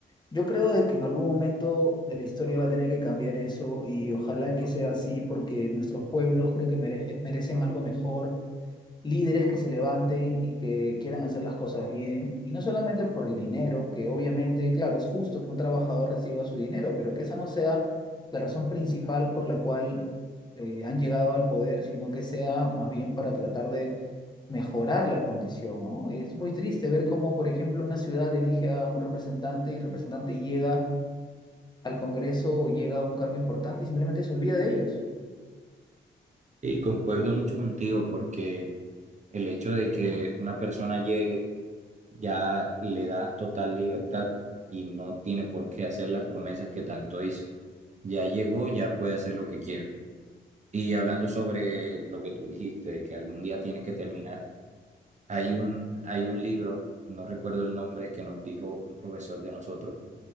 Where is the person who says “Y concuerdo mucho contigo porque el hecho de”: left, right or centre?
Right